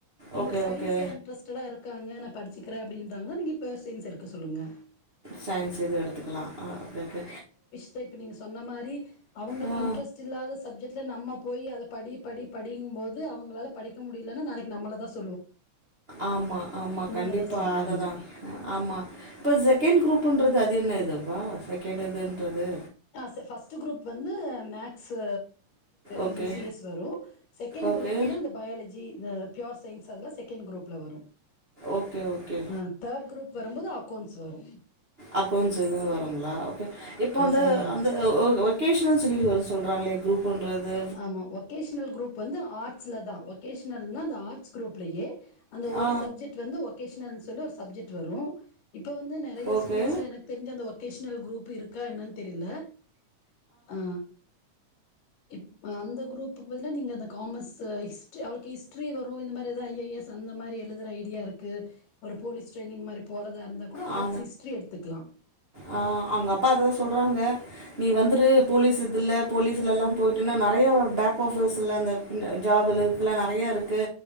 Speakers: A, on the left; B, on the right.
A: ஒங்களுக்கு
B: ஓகே
A: சயின்ஸ்ல
B: ஓகே
A: இன்ட்ரஸ்ட்டா இருக்காங்க நா படிச்சுக்கிறே அப்டின்றாங்கனா நீங்க ப்யோர் சயின்ஸ் எடுக்க சொல்லுங்க
B: சையின்ஸ் இது எடுத்துக்கலா ஆ ஓகே ஓகே
A: சே இப்ப நீங்க சொன்ன மாரி அவுங்களுக்கு
B: ஆ
A: இன்ட்ரஸ்ட் இல்லாத சப்ஜெக்ட்ல நம்ம போய் அத படி படி படிங்கு போது அவுங்களால படிக் க்க முடியலன்ன நாளைகு நம்மளதா சொ
B: ஆமா ஆமா
A: நீங்க
B: கண்டிப்பா
A: தா சொன்னீங்கன்னு
B: அததா ஆ ஆமா இப்ப செகேண்ட் குரூப்புன்றது அது என்ன இதுப்பா செகேண்ட் இதுன்றது
A: ஆ ச ஃபஸ்ட்டு குரூப் வந்து மேக்ஸு
B: ஓகே
A: இதுய சி எஸ் வரு செகேண்ட்
B: ஓகே
A: குரூப்ல தா இந்த பயாலஜி ஜி இந்த ப்யோர் சயின்ஸ் அதல்லா செகேண்ட் குரூப்ல வரு
B: ஓகே ஓகே
A: அ தேர்ட் குரூப் வரும்போது அகோண்ட்ஸ் வரு
B: அகோண்ட்ஸ் இதுவு வருங்களா ஓகே இப்ப அந்த
A: தந்த மாரியு
B: ஆ ஒ வொகேஷனல் சொல்லி வர சொல்றாங்களே குரூப் புன்றது
A: ஆமா வொகேஷனல் குரூப் வந்து ஆட் ஸ்லதா வொகேஷனல்னா அந்த ஆட்ஸ் குரூப்லயே அந்த ஒரு
B: ஆ
A: சப்ஜெக்ட் டு வந்து ஒகேஷனல்னு சொல்லி ஒரு சப்ஜெக்ட் வரு இப்ப வந்து நெறைய
B: ஓகே
A: ஸ்கூல்ஸ்ல எனக்கு தெரிஞ்சு அந்த ஒகேஷனல் குரூப் இருக்கா என்னன் தெரில ஆ இப் அந்த குரூப்புக்கு பதிலா நீங்க அந்த காமர்ஸ் ஹிஸ்ட்ரி அவளுக்கு ஹிஸ்ட்ரி வரு இந்த மாரி எதாது ஐ ஏ எஸ் அந்த மாரி எழுதுற ஐடியா இருக் கு ஒரு போலீஸ் ட்ரைனிங் மாரி போறதா இருந்தா கூட
B: ஆ
A: ஆட்ஸ் ஹிஸ்ட்ரி எடுத்துக்கலா
B: ஆ அவுங்க அப்பா அதுதா சொல்றாங்க நீ வந்துரு போலீஸ் இதுல் போலீஸ்லலா போய்ட்டுன்னா நெறையா பேக் ஆஃபர்ஸ்ல அந்த அந்த ஜாபுல இருக்குல நெறையா இருக்கு